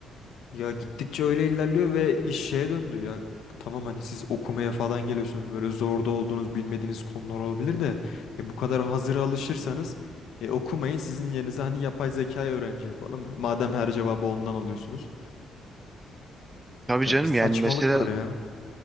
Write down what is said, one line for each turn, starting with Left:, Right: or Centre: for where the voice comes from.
Left: ya gittikçe öyle ilerliyor ve iş şeye döndü ya. Tamam hani siz okumaya falan geliyorsunuz böyle zorda olduğunuz bilmediğiniz konular olabilir de e, bu kadar hazıra alışırsanız e, okumayın sizin yerinize hani yapay zekayı öğrenci yapalım. Madem her cevabı ondan alıyorsunuz.
Right: Tabii
Left: Ya
Right: canım
Left: bir saçmalık
Right: yani mesela
Left: var ya.